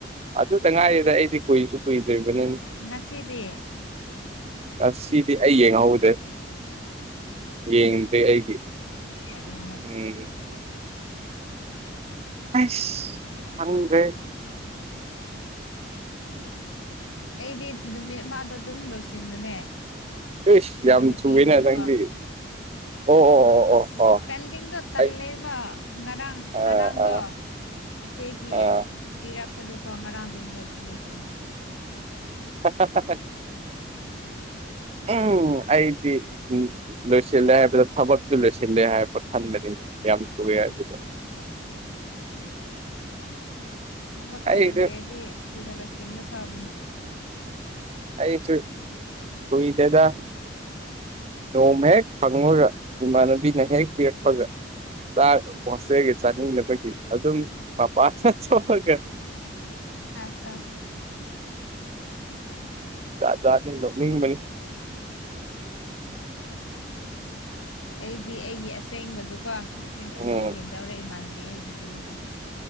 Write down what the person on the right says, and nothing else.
ꯑꯗꯨꯇ ꯉꯥꯏꯔꯤꯗ ꯑꯩꯗꯤ ꯀꯨꯏꯁꯨ ꯀꯨꯏꯗ꯭ꯔꯤꯕꯅꯤꯅ
ꯉꯁꯤꯗꯤ ꯑꯩ ꯌꯦꯡꯍꯧꯗꯦ ꯌꯦꯡꯗꯦ ꯑꯩꯒꯤ
ꯎꯝ ꯑꯁ ꯈꯪꯗ꯭ꯔꯦ
ꯏꯁ
ꯌꯥꯝ
ꯊꯨꯋꯦꯅ ꯅꯪꯗꯤ ꯑꯣ ꯑꯣ
ꯑꯣ ꯑꯣ ꯑꯣ
ꯑꯩ
ꯑꯥ
ꯑꯥ
ꯑꯥ
<unintelligible> ꯎꯝ ꯑꯩꯗꯤ ꯎꯝ ꯂꯣꯏꯁꯤꯜꯂꯦ ꯍꯥꯏꯕꯗꯨꯗ ꯊꯕꯛꯇꯨ ꯂꯣꯏꯁꯤꯜꯂꯦ ꯍꯥꯏꯕ ꯈꯟꯕꯅꯤꯅꯦ ꯌꯥꯝ ꯊꯨꯋ‌ꯦ ꯍꯥꯏꯕꯗꯨꯗ
ꯑꯩꯁꯦ
ꯑꯩꯆꯨ ꯀꯨꯏꯗꯦꯗꯥ ꯅꯣꯡꯃ ꯍꯦꯛ ꯐꯪꯉꯒ ꯏꯃꯥꯟꯅꯕꯤꯅ ꯍꯦꯛ ꯄꯤꯔꯛꯄꯒ ꯥꯆꯥꯛ ꯍ‌ꯣꯁꯇꯦꯒꯤ ꯆꯥꯅꯤꯡꯗꯕꯒꯤ ꯑꯗꯨꯝ ꯃꯄꯥꯆꯅ ꯆ‌ꯣꯔꯒ <inaudible>
ꯖꯥꯠ ꯖꯥꯠꯅꯤ ꯅ‌ꯣꯛꯅꯤꯡꯕꯅꯤ
ꯎꯝ